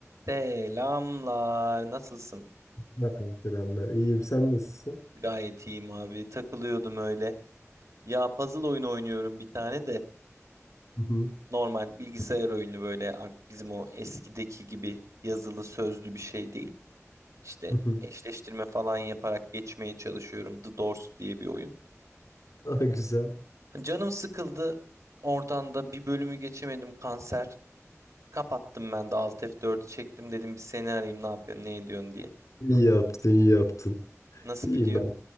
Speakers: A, on the right (about 80°); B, on the left (about 80°).
A: Selamlar. Nasılsın?
B: Merhaba, selamlar. İyiyim, sen nasılsın?
A: Gayet iyiyim abi. Takılıyordum öyle. Ya puzzle oyunu oynuyorum bir tane de.
B: Hı hı.
A: Normal bilgisayar oyunu böyle artık bizim o eskideki gibi yazılı sözlü bir şey değil. İşte
B: Hı hı.
A: eşleştirme falan yaparak geçmeye çalışıyorum. The Doors diye bir oyun.
B: <laughs> Aa, güzel.
A: Canım sıkıldı. Oradan da bir bölümü geçemedim kanser. Kapattım ben de Alt F4'ü çektim dedim bir seni arayayım ne yapıyorsun ne ediyorsun diye.
B: İyi yaptın, iyi yaptın.
A: Nasıl
B: İyiyim
A: gidiyor?
B: ben.